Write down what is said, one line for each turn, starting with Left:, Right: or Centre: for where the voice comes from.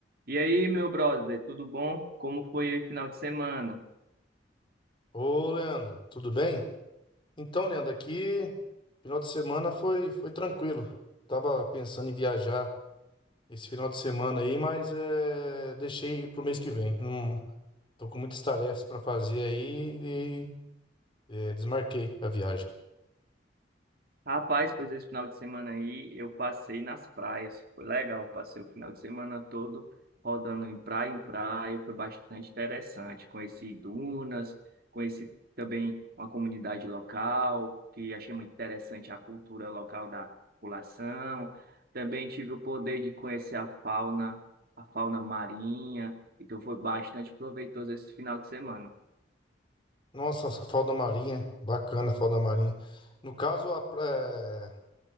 Right: E aí, meu brother, tudo bom? Como foi o final de semana?
Left: Ô, Leandro, tudo bem? Então, Leandro, aqui final de semana foi foi tranquilo. Tava pensando em viajar esse final de semana aí, mas é, deixei pro mês que vem. Não, tô com muitas tarefas para fazer aí e é, desmarquei a viagem.
Right: Rapaz, pois esse final de semana aí eu passei nas praias. Foi legal, passei o final de semana todo rodando em praia em praia. Foi bastante interessante. Conheci dunas, conheci também uma comunidade local, que achei muito interessante a cultura local da população. Também tive o poder de conhecer a fauna, a fauna marinha. Então foi bastante proveitoso esse final de semana.
Left: Nossa, essa Foz da Marinha, bacana, a Foz da Marinha. No caso, a praia,